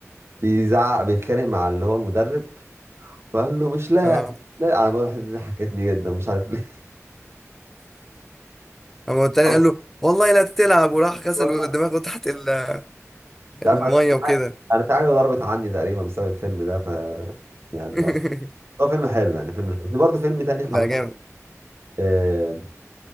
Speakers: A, on the right; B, in the centre.
A: بيزعق بيتخانق مع اللي هو المدرب وقال له مش لاعب
B: اه <laughs>
A: لا انا بقول الحته دي ضحكتني جدا مش عارف ليه
B: هو التاني
A: <laughs>
B: قال له والله لا تلعب وراح غسل
A: والله
B: دماغه تحت ال-
A: مش عارف
B: المية وكده
A: انا شعبي ضربت عني تقريبا بسبب الفيلم ده ف يعني
B: <laughs>
A: اه هو فيلم حلو يعني فيلم حلو في برضه فيلم تاني حماده
B: لا جامد
A: آه